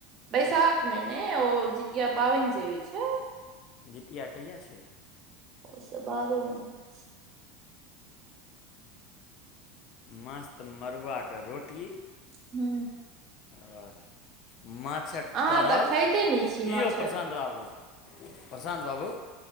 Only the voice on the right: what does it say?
बैसाख मे ने ओ जितिया पाबनि जे होइ छै
ओ बादोमे <unintelligible>
हू
अहाँ
तऽ खाइते नहि छी
माछ